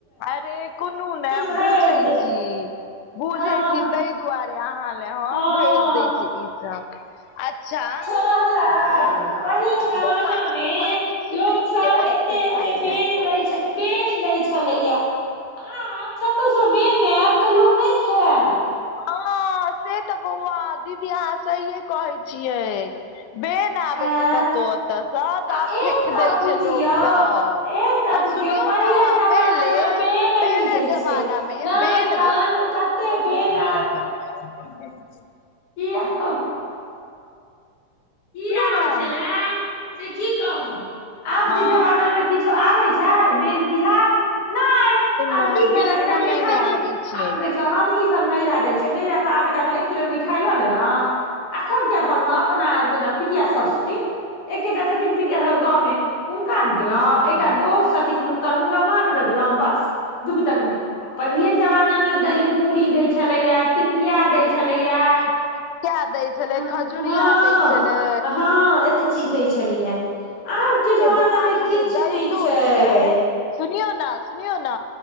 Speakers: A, on the left; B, on the left.
A: अरे कोनु नैय
B: भेज
A: बुजै
B: दे
A: छी बुजै
B: हँ
A: छी
B: हँ
A: तै दुआरे अहाँ ले हम
B: हँ
A: भेज दैय छी ई सब अच्छा
B: कहला पहिले पहले जमाना
A: बौआ
B: मे
A: बौआ के की
B: लोक
A: देलकै
B: सभ सब
A: राति
B: एते
A: मे खाय
B: एते बेन
A: लए
B: दैय छै बेन दैय छलैया आ आब कतौसँ बेन बेन एत तऽ लोग नहि खायत
A: हँ से तऽ बौआ दीदी अहाँ सहिये कहै छियै बेन आबै
B: आँ
A: कतौ एतऽ सब
B: आ
A: त आब
B: एकटा
A: फेक दैय
B: बुझियौ
A: छैय लोक सब
B: एकटा
A: और
B: बुझियौ
A: सुनियौ
B: पहिले
A: न
B: जमाना
A: पेहले
B: जेना बेन
A: पेहले
B: नहि दै
A: जमाना
B: छियै
A: मे
B: नहि
A: बेन
B: तहन कते बेन
A: <inaudible>
B: कीया <inaudible>
A: सुनू
B: किया होय
A: ने
B: छलय से की कहू आब
A: हँ
B: के जमानामे किछो आबै छै बेन तिहार नहि आब
A: नहि
B: की खेलत
A: बिलकुले
B: एकटा मिठाई
A: नहि
B: के
A: आबै छै
B: आब देख हमहीं सब नैहरा जाइ छियै नैहरा तऽ आबे कालमे एक किलो मिठाइ लऽ लेलौ आ सब के अपन अपना जेना पितिया साउस एकेटा छथिन पितिया साउस गाँवमे हुनका
A: हँ
B: दऽ देलहु एकटा दोस्त छथिन हुनकर हुनका माँ के दऽ देलहु बस दू बी टका मे पहिले जमाना मे दलि पूड़ी दैय छलैया टिकिया दैय छल छलैया
A: पड़ुकिया दै छलै
B: हँ
A: खजुरिया दैय छलै
B: हँ एते चीज दैय छलैया आब
A: आबके
B: के
A: जमाना
B: किछ
A: मे दैतो
B: नहि छै
A: छैय सुनियौ न सुनियौ न